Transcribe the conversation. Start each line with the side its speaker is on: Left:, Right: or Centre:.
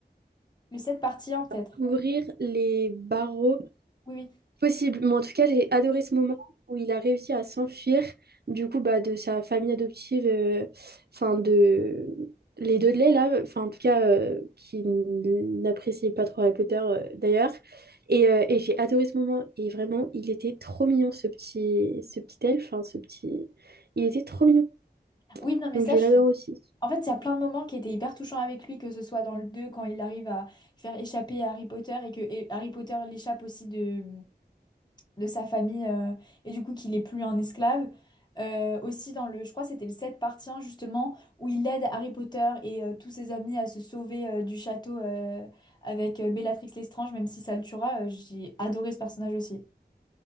Left: Le 7 partie 1, peut-être.
Right: à ouvrir les barreaux
Left: Oui, oui.
Right: Possible, mais en tout cas, j'ai adoré ce moment où il a réussi à s'enfuir du coup bah, de sa famille adoptive, euh, enfin de les Dudley là, enfin en tout cas euh, qui n'appréciait pas trop Harry Potter euh, d'ailleurs. Et, euh, et j'ai adoré ce moment et vraiment il était trop mignon ce petit ce petit elfe, enfin ce petit, il était trop mignon
Left: Oui, non, mais
Right: donc
Left: ça,
Right: je
Left: je
Right: l'adore
Left: suis...
Right: aussi.
Left: En fait, il y a plein de moments qui étaient hyper touchants avec lui, que ce soit dans le 2 quand il arrive à faire échapper Harry Potter et que et Harry Potter l'échappe aussi de, de sa famille euh, et du coup qu'il est plus un esclave. Euh, aussi dans le... Je crois que c'était le 7 partie 1, justement, où il aide Harry Potter et euh, tous ses amis à se sauver euh, du château euh, avec euh, Bellatrix Lestrange, même si ça le tuera. euh, j'ai adoré ce personnage aussi.